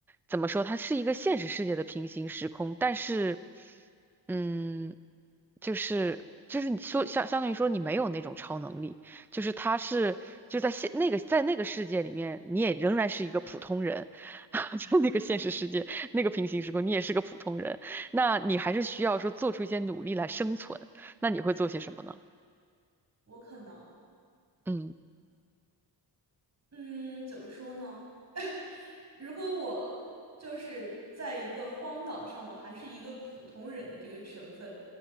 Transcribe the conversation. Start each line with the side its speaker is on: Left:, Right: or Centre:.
Centre: 怎么说？它是一个现实世界的平行时空，但是，嗯，就是就是你说相相当于说你没有那种超能力，就是他是就在现那个在那个世界里面，你也仍然是一个普通人，<laughs> 在那个现实世界那个平行时空，你也是个普通人，那你还是需要说做出一些努力来生存，那你会做些什么呢？
Right: 我可能
Centre: 嗯。
Right: 嗯怎么说呢？如果我就是在一个荒岛上，我还是一个普通人的这个身份，